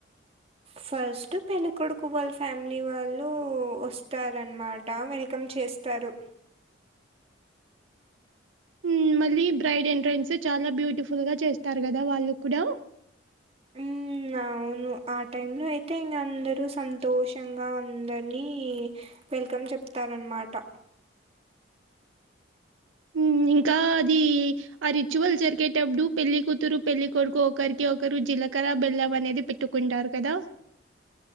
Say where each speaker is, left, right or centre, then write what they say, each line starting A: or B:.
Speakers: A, on the right; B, on the right.
A: ఫస్ట్ పెళ్లి కొడుకు వాళ్ళ ఫ్యామిలీ వాళ్ళు వస్తారనమాట వెల్కమ్ చేస్ తారు
B: ఉ మళ్ళీ బ్రైడ్ ఎంట్రన్స్ చాలా బ్యూటిఫుల్గా చేస్తారు కదా వాళ్ళు కూడా
A: ఉమ్ అ అవును ఆ టైంలో అయితే ఇంగా అందరూ సంతోషంగా అందరినీ వెల్కమ్ చెప్తారు అనమాట
B: ఉమ్ ఇంకా అది ఆ రిచువల్ జరిగేటప్పుడు పెళ్లి కూతురు పెళ్లి కొడుకు ఒకరికి ఒకరు జీలకర బెల్ం అనేది పె ట్టుకుంటారు కదా